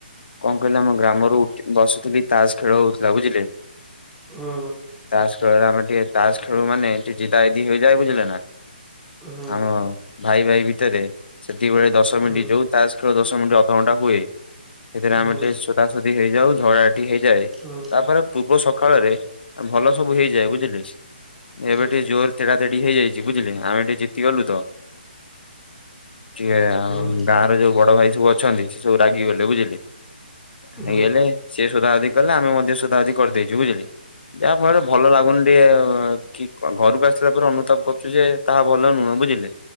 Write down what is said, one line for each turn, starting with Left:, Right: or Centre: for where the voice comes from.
Left: କଣ କହିଲେ ଆମ ଗ୍ରାମର ଉ ବସୁଥିଲି ତାସ୍ ଖେଳ ହଉଥିଲା ବୁଝିଲେ
Centre: ହୁଁ
Left: ତାସ୍ ଖେଳ ରେ ଆମେ ଟିକେ ତାସ୍ ଖେଳୁ ମାନେ ଜିଦା ଜିଦି ହେଇଯାଏ ବୁଝିଲେ ନା
Centre: ହୁଁ
Left: ଆମ ଭାଇ ଭାଇ ଭି ତେରେ ସେତିକିବେଳେ ଦଶ ମିନିଟ୍
Centre: ହୁଁ
Left: ଯୋଉ ତାସ୍ ଖେଳ ଦଶ ମିନିଟ୍ ଅଧଘଣ୍ଟା ହୁଏ, ସେଥିରେ ଆମେ
Centre: ହୁଁ
Left: ଟେ ସୋ ଶୋଦା ସୁଦି ହେଇଯାଉ, ଝଗଡ଼ା ଝାଟି ହେଇଯାଏ
Centre: ହୁଁ
Left: ତାପରେ ପୂର୍ବ ସକାଳରେ ଭଲ ସବୁ ହେଇଯାଏ ବୁଝିଲେ କି ଏବେ
Centre: ହୁଁ ହୁଁ ହୁଁ
Left: ଟିକେ ଜୋରେ ତେଢା ତେଢି ହେଇଯାଇଛି ବୁଝିଲେ ଆମେ ଟିକେ ଜିତି ଗଲୁ ତ ଯିଏ ଆଉ
Centre: ହୁଁ
Left: ଗାଁ ର ଯୋଉ ବଡ ଭାଇ ସବୁ ଅଛନ୍ତି, ସେ ସବୁ ରାଗିଗଲେ ବୁଝିଲେ? ହେଇଗଲେ
Centre: ହୁଁ
Left: ସେ ସୋଦା ସୋଦି କଲେ ଆମେ ମଧ୍ୟ ସୋଦା ସୋଦି କରିଦେଇଛୁ ବୁଝିଲେ ଯାହା ଫଳରେ ଭଲ ଲାଗୁନି ଟିକେ କି ଘରକୁ ଆସିଲା ପରେ ଅନୁତାପ କରୁଛୁ ଯେ ତାହା ଭଲ ନୁହେଁ ବୁଝିଲେ